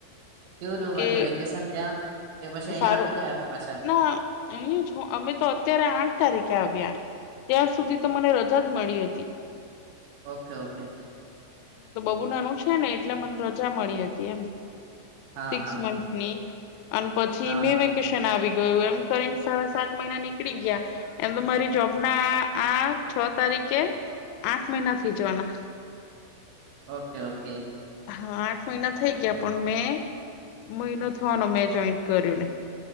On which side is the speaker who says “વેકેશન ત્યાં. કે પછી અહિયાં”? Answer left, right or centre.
Right